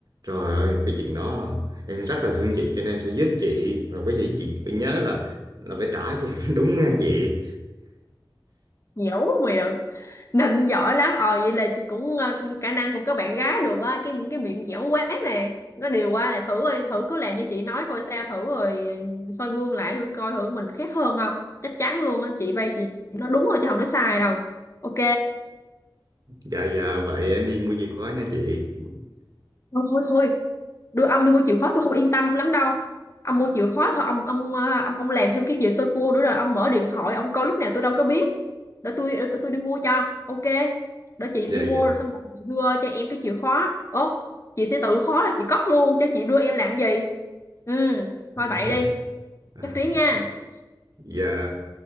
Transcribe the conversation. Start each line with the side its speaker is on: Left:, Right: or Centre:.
Right: trời ơi cái chuyện đó là em rất là thương chị cho nên em sẽ giúp chị rồi cái gì chị phải nhớ là là phải trả cho em <laughs> đúng nghe chị
Left: dẻo miệng nịnh giỏi lắm ờ vậy là chị cũng ờ, khả năng cũng có bạn gái được á cái cái miệng dẻo quá nè có điều qua là thử đi, thử cứ làm như chị nói coi sao thử rồi soi gương lại thử coi thử mình khác hơn không chắc chắn luôn á chị bay chị nó đúng rồi chứ không nói sai đâu ok
Right: dạ dạ vậy em đi mua chìa khóa nha chị
Left: thôi thôi thôi đưa ông đi mua chìa khóa tôi không yên tâm lắm đâu ông mua chìa khóa thôi ông ông ờ, ông ông làm thêm cái chìa sơ cua nữa rồi ông mở điện thoại ông coi lúc nào tôi đâu có biết để tôi để tôi, tôi đi mua cho ok để chị
Right: dạ
Left: đi mua
Right: dạ
Left: rồi xong rồi chị đưa cho em cái chìa khóa ố chị sẽ tự khóa rồi chị cất luôn cho chị đưa em làm gì ừ thôi
Right: <laughs>
Left: vậy đi chắc trí nha
Right: À, dạ